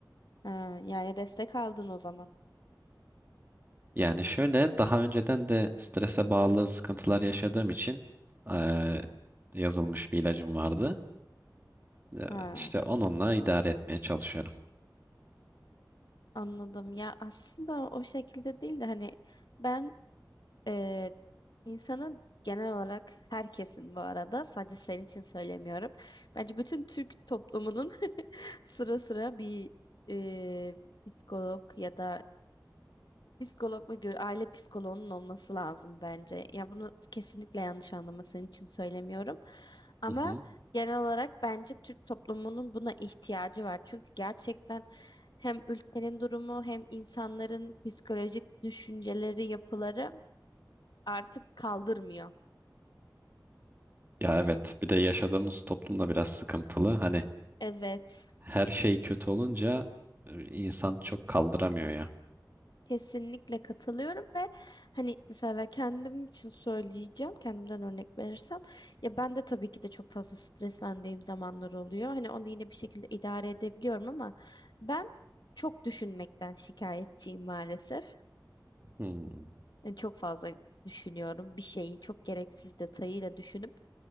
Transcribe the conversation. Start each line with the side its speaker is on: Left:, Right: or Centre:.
Left: Ha, yani destek aldın o zaman.
Right: Yani şöyle daha önceden de strese bağlı sıkıntılar yaşadığım için e, yazılmış bir ilacım vardı. Ya,
Left: Ha,
Right: işte onunla idare etmeye çalışıyorum.
Left: anladım. Ya aslında o şekilde değil de hani ben e, insanın genel olarak herkesin bu arada sadece senin için söylemiyorum. Bence bütün Türk toplumunun <laughs> sıra sıra bir e, psikolog ya da Psikologla gör, aile psikoloğunun olması lazım bence. Ya bunu kesinlikle yanlış anlama senin için söylemiyorum. Ama
Right: Hı hı.
Left: genel olarak bence Türk toplumunun buna ihtiyacı var. Çünkü gerçekten hem ülkenin durumu hem insanların psikolojik düşünceleri, yapıları artık kaldırmıyor.
Right: Ya evet bir de yaşadığımız toplumda biraz sıkıntılı. Hani
Left: Evet.
Right: her şey kötü olunca e, insan çok kaldıramıyor ya.
Left: Kesinlikle katılıyorum ve hani mesela kendim için söyleyeceğim, kendimden örnek verirsem ya ben de tabii ki de çok fazla streslendiğim zamanlar oluyor. Hani onu yine bir şekilde idare edebiliyorum ama ben çok düşünmekten şikayetçiyim maalesef.
Right: Hmm.
Left: Yani çok fazla düşünüyorum bir şeyi çok gereksiz detayıyla düşünüp